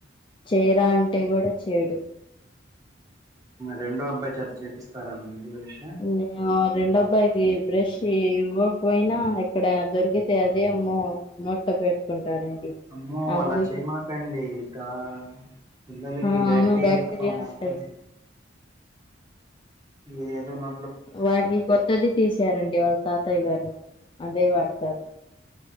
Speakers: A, on the left; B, on the right.
A: చెయ్ రా అంటే కూడా చేయడు
B: రెండో అబ్బాయి చేత చేపిస్తారా అండి బ్రష్
A: నేను రెండోబ్బాయికి బ్రష్ ఇవ్వకపోయినా ఇక్కడ దొరికితే అదే నో నోట్లో పెట్టుకుంటాడండి
B: అమ్మో
A: అందుకే
B: అలా చేయమకండి ఇకా పిల్లలకి
A: ఆ
B: బ్యాక్టీరియా
A: అవును
B: ఫామ్ అవుతుంది
A: ఉంటాయి
B: మీరు ఏదో నో
A: వాడికి కొత్తది తీసారండి వాళ్ళ తాతయ్య గారు అదే వాడతారు